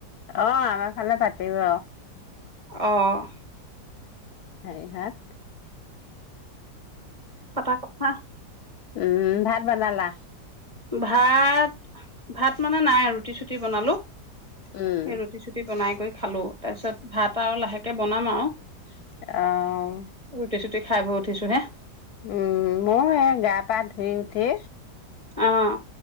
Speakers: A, on the left; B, on the right.
A: অ', আমাৰ ফালে পাতিব।
B: অ'।
A: হেই হত
B: পাতা কথা
A: উম, ভাত বনালা।
B: ভাত ভাত মানে নাই আৰু ৰুটি চুটি বনালো
A: উম,
B: সেই ৰুটি চুটি বনাই গৈ খালো, তাৰপিছত ভাত আৰু লাহেকে বনাম আৰু।
A: অ
B: ৰুটি চুটি খাই বৈ উঠিছো হে।
A: উম মোৰ এয়া গা পা ধুই উঠি
B: অহ